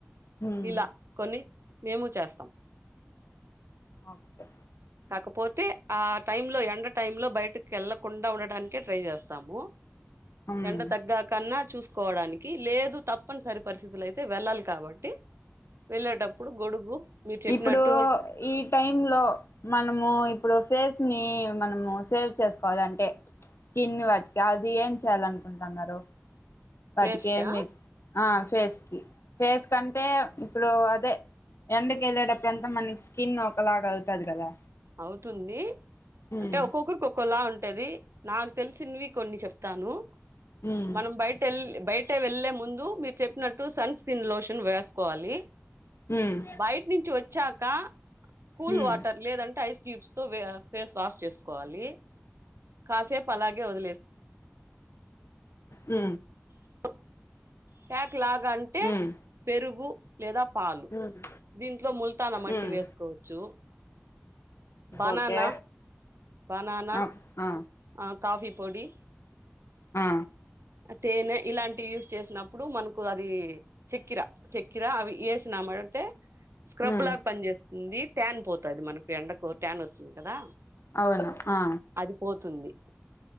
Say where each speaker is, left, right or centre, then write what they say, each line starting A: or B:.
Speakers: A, on the left; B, on the right.
A: హ్మ్
B: ఇలా కొన్ని మేము చేస్తాం
A: ఓకే
B: కాకపోతే ఆ టై లో ఎండ టై లో బయటకి వెళ్ళకుండా ఉండటనికే ట్రై చేస్తాము
A: హ్మ్
B: ఎండ తగ్గా కన్నా చూస కోవడానికి లేదు తప్పనిసరి పరిస్థితులు అయితే వెళ్ళాలి కాబట్టి వెళ్ళేటప్పుడు గొడుగు మీరు చెప్పినట్టు
A: ఇప్పుడు ఈ టైమ్ లో మనము ఇప్పుడు ఫేస్ ని మనము సేవ్ చేస్త కోవాలంటే స్కిన్ వాటి కి అది ఏం చేయాలనుకుంటున్నారు వాటికి
B: ఫేస్కా
A: ఏమి ఆ ఫేస్ కి ఫేస్ కంటే ఇప్పుడు అదే ఎండకి వెళ్ళేటప్పుడు అంతా మనకి స్కిన్ ఒకలాగ అవుతుంది కదా
B: అవుతుంది
A: హ్మ్
B: అంటే ఒక్కొక్కరుకి ఒక్కోలా ఉంటు ఉంటది నాకు తెలిసినవి కొన్ని చెప్తాను
A: హ్మ్
B: మనం బయట వెళ్ల్ బయట అే వెళ్ళలే ముందు మీరు చెప్పినట్టు సన్ స్క్రీన్ లోషన్ వేసుకోవాలి
A: హ్మ్
B: బయట నుంచి వచ్చాక కూల్
A: హ్మ్
B: వాటర్ లేదంటే ైస్ క్యూబ్స్ తో ఫేస్ వాష్ చేసుకోవాలి కాసేపు అలాగే వదిలే
A: ఊ
B: <inaudible> క్లాగ్ అంటే
A: హ్మ్
B: పెరుగు లేదా పాలు
A: హ్మ్
B: దీంట్లో ముల్తాన మట్టి
A: హ్మ్
B: వేసుకోవచ్చు బనానా
A: ఓకే
B: బనానా
A: ఆ ఆ
B: ఆ కాఫీ పొడి
A: ఆ
B: తేనె ఇలాంటి యూస్ చేసినప్పుడు మనకు అది చక్కిర చక్కిర అవి వేసినామాటంటే స్క్రబ్
A: ఉమ్
B: లాగా పని చేస్త ఉంది ట్యాన్ పోతుంది మనకు ఎండకు ట్యాన్ వస్తుంది కదా
A: అవును ఆ
B: అది పోతుంది